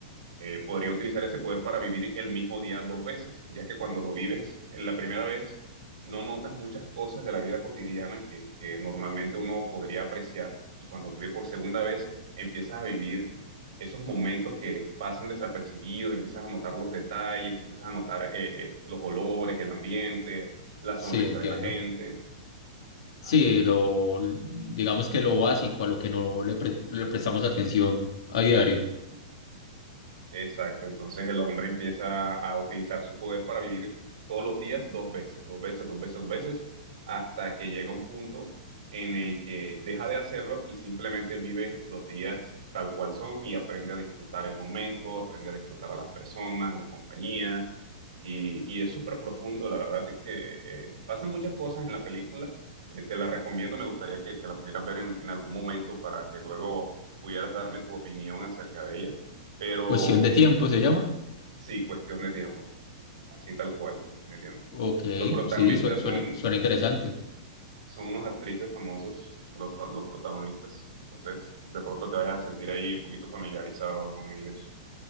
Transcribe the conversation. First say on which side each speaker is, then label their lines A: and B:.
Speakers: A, on the right; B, on the left.
A: eh, podría utilizar ese poder para vivir el mismo día dos veces, ya que cuando lo vives en la primera vez, no notas muchas cosas de la vida cotidiana que, que normalmente uno podría apreciar y cuando vive por segunda vez, empiezas a vivir esos momentos que pasan desapercibidos, empiezas a notar los detalles, empiezas a notar eh, eh, los olores, el ambiente, la
B: sí,
A: sonrisa
B: entiendo.
A: de la gente. ¿ah?
B: Sí, lo, digamos que lo básico, a lo que no le, pre- le prestamos atención a diario.
A: Exacto, entonces el hombre empieza a utilizar su poder para vivir todos los días dos veces, dos veces, dos veces, dos veces, hasta que llega un punto en el que deja de hacerlo y simplemente vive los días tal cual son y aprende a disfrutar el momento, aprende a disfrutar a las personas, a la compañía, y, y es súper profundo, la verdad es que eh, pasan muchas cosas en la película, eh, te la recomiendo, me gustaría que, que la pudieras ver en, en algún momento para que luego pudieras darme tu opinión acerca de ella pero
B: Cuestión
A: mm,
B: de tiempo se llama.
A: sí, cuestión de tiempo, así tal cual, cuestión de tiempo.
B: Ok,
A: Los protagonistas
B: sí, su- suena,
A: son,
B: suena interesante.
A: son unos actrices famosos, los, los protagonistas, entonces de pronto te vas a sentir ahí un poquito familiarizado con ellos.